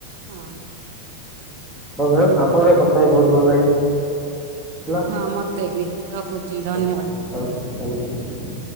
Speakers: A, on the right; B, in the centre.
A: ହଁ।
B: ହଁ ମ୍ୟାମ୍ ଆପଣଙ୍କ କଥା ବି ବହୁତ ଭଲ ଲାଗିଲା। ହେଲା।
A: ହଁ ମତେ ବି। ରହୁଛି ଧନ୍ୟବାଦ।
B: ହଉ ହଉ ଧନ୍ୟବାଦ।